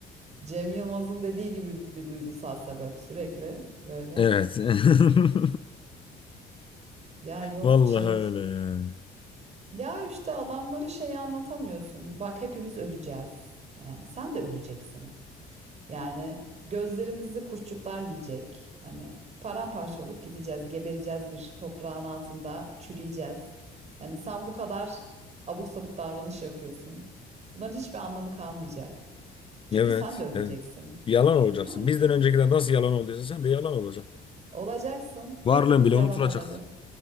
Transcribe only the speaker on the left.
Evet. <laughs>
Vallahi
öyle yani.
Evet,
evet. Yalan olacaksın.
Bizden öncekiler nasıl yalan olduysa sen de yalan olacaksın.
Varlığın
bile
unutulacak.